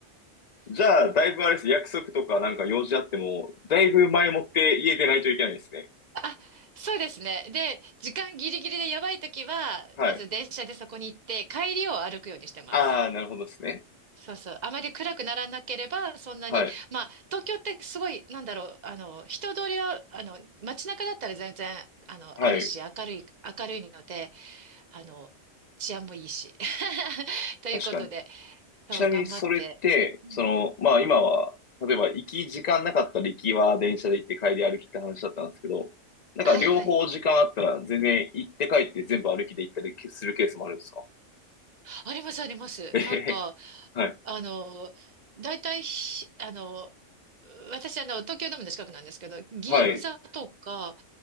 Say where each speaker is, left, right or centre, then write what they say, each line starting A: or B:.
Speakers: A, on the left; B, on the right.
A: じゃあ、だいぶあれです。約束とかなんか用事あっても、だいぶ前もって家出ないといけないですね。
B: あ、そうですね。で、時間ギリギリでやばいときは、
A: はい。
B: まず電車でそこに行って、帰りを歩くようにしてます。
A: ああ、なるほどですね。
B: そうそう。あまり暗くならなければ、そんなに、
A: はい、
B: まあ、東京ってすごい、なんだろう、あの、人通りは、あの、街中だったら全然、あの、
A: はい。
B: あるし、明るい、明るいので、あの、治安もいいし。<laughs> ということで、
A: 確かに。
B: そう、
A: ちなみにそれって、
B: 頑張って。うん。
A: その、まあ今は、例えば行き時間なかったら行きは電車で行って帰り歩きって話だったんですけど、なんか両方時間あったら全然行って帰って全部歩きで行ったりするケースもあるんですか
B: はいはい。あります、あります。
A: えへへ
B: なんか、
A: <laughs> はい。
B: あの、大体ひ、あの、私、あの、東京ドームの近くなんですけど、銀座とか、
A: はい。